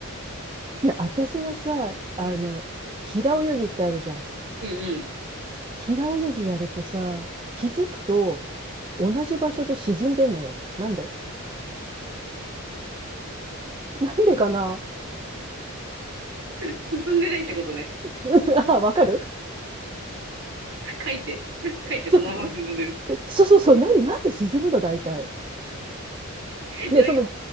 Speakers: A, on the right; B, on the right.
A: で、私はさ、あの、
B: う。うん。
A: 平泳ぎってあるじゃん。
B: うん
A: 平泳ぎやるとさ、気づくと同じ場所で沈んでんのよ。なんでなんでかな
B: うん。進んでないってことね。
A: <laughs> あ、わかる
B: 書いて、
A: <laughs>
B: 書いてそのまま沈んでる。
A: ちょいやそうそうそう、なん、なんで沈むの大体。
B: いや、
A: ね、
B: なんか、
A: その、